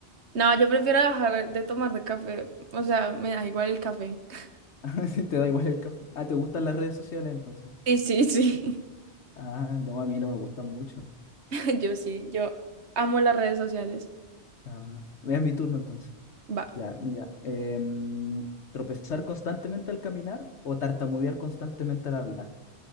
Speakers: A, on the right; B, on the left.
A: No, yo prefiero dejar de tomar de café. O sea, me da igual el café. <laughs>
B: <laughs> Te da igual el café. Ah, ¿te gustan las redes sociales entonces?
A: Sí, sí, sí.
B: Ah, no, a mí no me gustan mucho.
A: <laughs> Yo sí, yo amo las redes sociales.
B: Ah, es mi turno entonces.
A: Va.
B: Ya, mira. em, tropezar constantemente al caminar o tartamudear constantemente al hablar,